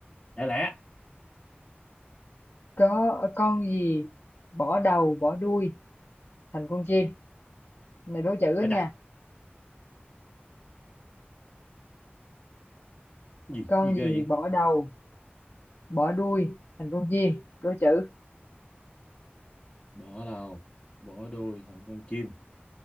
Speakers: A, on the left (about 20°); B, on the left (about 60°).
A: lẻ lẻ
B: có con gì bỏ đầu bỏ đuôi thành con chim này đố chữ đó
A: ôi
B: nha
A: chà gì
B: con
A: gì
B: gì
A: ghê vậy
B: bỏ đầu bỏ đuôi thành con chim đố chữ
A: bỏ đầu bỏ đuôi thành con chim